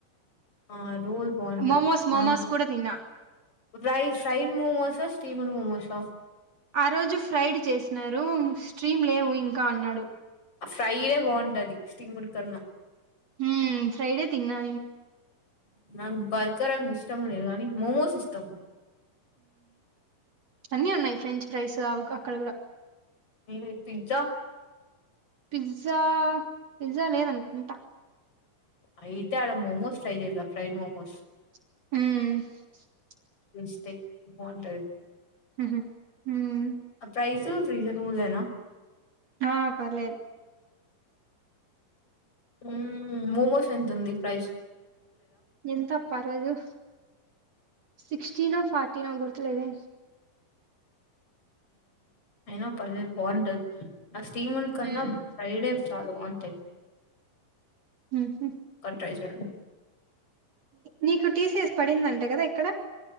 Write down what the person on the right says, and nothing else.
మోమోస్ మోమోస్ కూడా తిన్నా
ఆ రోజు ఫ్రైడ్ చేసినారు స్ట్రీమ్ లేవు ఇంకా అన్నాడు
హుం ఫ్రైడే తిన్నా
అన్నీ ఉన్నయి ఫ్రెంచ్ ఫ్రైస్ అవి అక్కడ గుడ
పిజ్జా పిజ్జా లేదనుకుంటా
మ్
మ్హ్ మ్
ఆ పర్లేదు
ఎంతప్ప రోజు సిక్స్టీీ నో ఫార్టీ నో గుర్తులేదే
హ్మ్
ఉమ్ ఉహు.
నీకు టీసీఎస్ పడిందంటా కదా ఎక్కడ.